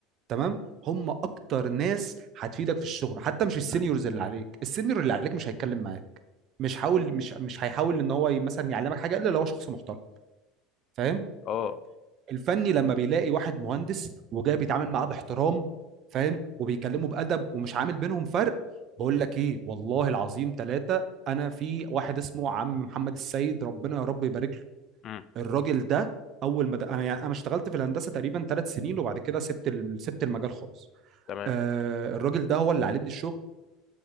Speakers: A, on the right; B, on the left.
A: تمام هم اكتر ناس هتفيدك في الشغل حتى مش السينيورز
B: امم
A: اللي عليك السينيور اللي عليك مش هيتكلم معاك مش حاول مش مش هيحاول ان هو ي- مثلا يعلمك حاجه الا لو هو شخص محترم فاهم
B: اه
A: الفني لما بيلاقي واحد مهندس وجاي بيتعامل معاه باحترام فاهم وبيكلمه بادب ومش عامل بينهم فرق بقول لك ايه والله العظيم ثلاثه انا في واحد اسمه عم محمد السيد ربنا يا رب يبارك له
B: امم
A: الراجل ده اول ما د- انا يعني انا اشتغلت في الهندسه تقريبا ثلاث سنين وبعد كده سبت ال- سبت المجال خالص
B: تمام
A: آه الراجل ده هو اللي علمني الشغل